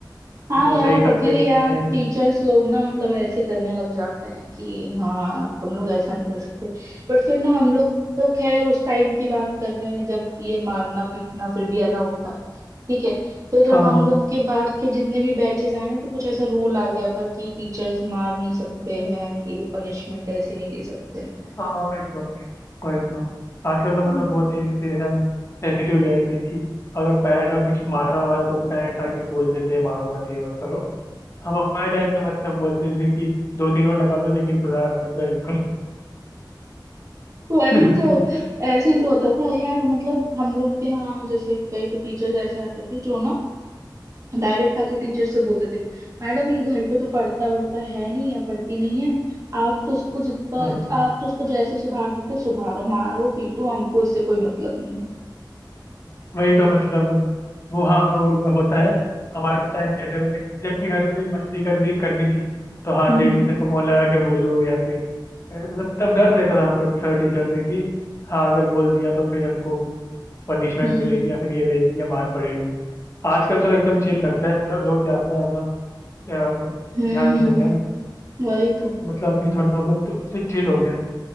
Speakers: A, on the left; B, on the right.
A: कि
B: हाँ
A: दूसरे
B: यार
A: ही
B: पढ़ती
A: सब्जेक्ट
B: थी यार
A: में
B: टीचर्स लोग ना मतलब ऐसे करने लग जाते हैं कि हाँ तुम लोग ऐसा नहीं कर सकते बट फिर ना हम लोग तो खैर उस टाइम की बात कर रहे हैं जब ये मारना पीटना फिर भी अलाउड था ठीक है फिर जब
A: हाँ
B: हम लोग के बाद के जितने भी बैचेस आए ना तो कुछ ऐसा रूल आ गया था कि टीचर्स मार नहीं सकते हैं ये पनिशमेंट ऐसे नहीं दे सकते हैं
A: हाँ वही तो वही तो आजकल तो मतलब
B: <laughs> हम्म।
A: बहुत ही एक है ना सेंसिटिव ले रहते हैं कि अगर पैर ना कुछ मारा वारा तो भी पेरेंट्स आके बोल देते हैं मारो मत ये मत करो हमारे टाइम तो मतलब बोलते थे कि दो तीन और लगा दो लेकिन सुधार दो इनको
B: वही
A: <laughs>
B: तो ऐसे ही तो होता था यार मतलब हम लोग के यहाँ जैसे कई तो टीचर्स ऐसे आते थे जो ना डायरेक्ट आके टीचर से बोलते थे मैडम ये घर पे तो पढ़ता वढ़ता है नहीं या पढ़ती नहीं है आप तो उसको जितना
A: हम्म,
B: आप तो उसको जैसे सुधार सकते हो सुधारो मारो पीटो हमको इससे कोई मतलब नहीं है
A: वही तो मतलब वो हाँ वो वो होता है हमारे टाइम में ऐसे होता है, कि जब भी घर पे कोई मस्ती कर भी कर भी दी तो हाँ
B: हम्म
A: तेरे टीचर को फोन लगा के बोलूँ या फिर ए, मतलब तब डर रहता था हमको सर टीचर से कि हाँ अगर बोल दिया तो फिर हमको पनिशमेंट
B: हम्म
A: मिलेगी
B: हम्म
A: या फिर ये रहेगी या मार पड़ेगी आजकल तो एकदम चिल लगता है लो, लोग ज्यादा है ना अ,
B: हम्म, हम्म,
A: ध्यान नहीं देते
B: हम्म,
A: है
B: हम्म,
A: ना
B: वही तो
A: तो मतलब अभी थोड़ा बहुत तो चिल हो गया है